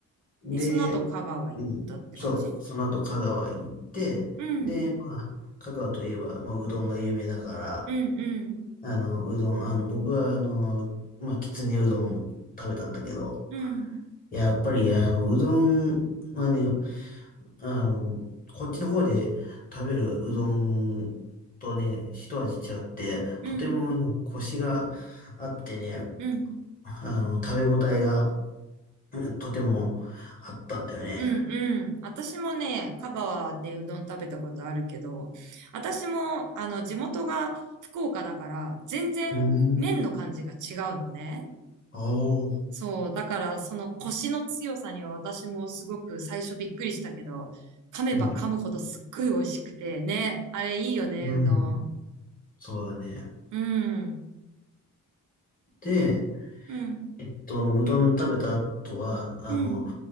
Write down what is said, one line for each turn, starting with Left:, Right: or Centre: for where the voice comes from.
Left: ん。
Right: で、
Left: で、
Right: その後香川行ったって感じ
Left: うん。そう。その後、香川行って、
Right: うん、
Left: で、まあ、香川といえば、まあ、うどんが有名だから、
Right: うん、うん、
Left: あの、うどん、あの、僕は、あの、まあ、きつねうどん食べたんだけど、
Right: うん、
Left: やっぱり、あの、うどんはね、あの、こっちの方で食べるうどんとね、一味違って、
Right: うん、
Left: とてもね、コシがあってね、
Right: うん、
Left: あの、食べ応えがうんとてもあったんだよね。
Right: うん、うん。私もね、香川でうどん食べたことあるけど、私も、あの、地元が福岡だから、全然麺の感じが違うのね。
Left: うん。あお
Right: そう、だからその腰の強さには私もすごく最初びっくりしたけど、噛めば噛むほどすっごい美味しくてね、
Left: うん。
Right: あれいいよね、
Left: うん。
Right: うどん。
Left: そうだね。
Right: うん、
Left: で、
Right: うん、
Left: えっと、うどん食べた後は、あの、
Right: うん、